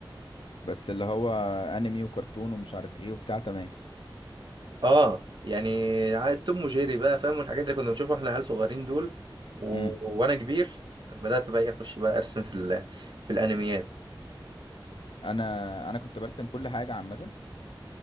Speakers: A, on the left; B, on the right.
A: بس اللي هو انمي وكرتون ومش عارف ايه وبتاع تمام
B: اه يعني عاد توم وجيري بقى فاهم والحاجات اللي كنا بنشوفها واحنا عيال صغيرين دول و...
A: امم
B: وانا كبير بدات بقى إيه اخش بقى ارسم في ال... في الانميات
A: انا انا كنت برسم كل حاجه عامه